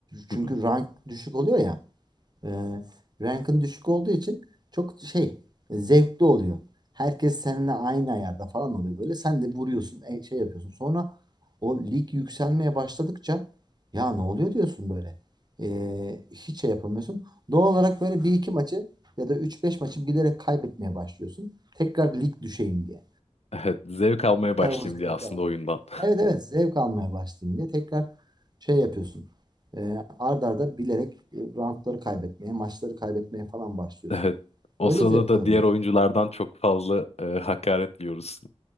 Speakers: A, on the right (about 35°); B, on the left (about 65°).
A: Çünkü
B: Hı hı.
A: rank düşük oluyor ya. E, rankın düşük olduğu için çok şey e, zevkli oluyor. Herkes seninle aynı ayarda falan oluyor böyle. Sen de vuruyorsun, e, şey yapıyorsun. Sonra o lig yükselmeye başladıkça ya ne oluyor diyorsun böyle. E, hiç şey yapamıyorsun. Doğal olarak böyle bir iki maçı ya da üç beş maçı bilerek kaybetmeye başlıyorsun. Tekrar lig düşeyim diye.
B: Evet, zevk almaya
A: Tekrar
B: başlayayım
A: o zevki
B: diye aslında oyundan. <laughs>
A: Evet evet zevk almaya başlayayım diye tekrar şey yapıyorsun. E, ard arda bilerek e, roundları kaybetmeye, maçları kaybetmeye falan başlıyorsun.
B: Evet. O
A: Böyle
B: sırada
A: zevk
B: da
A: alabiliyorsun.
B: diğer oyunculardan çok fazla e, hakaret yiyoruz.